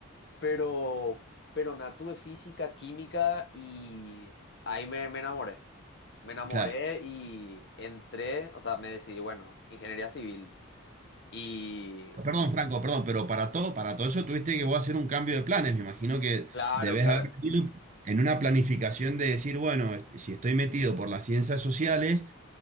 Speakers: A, on the left; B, on the right.
A: pero, pero nada, tuve física, química y ahí me, me enamoré. Me enamoré
B: claro.
A: y entré, o sea, me decidí, bueno, ingeniería civil. Y
B: Perdón, Franco, perdón, pero para todo, para todo eso tuviste que vos hacer un cambio de planes. Me imagino que
A: claro,
B: debes
A: claro,
B: haber venido en una planificación de decir, bueno, este, si estoy metido por las ciencias sociales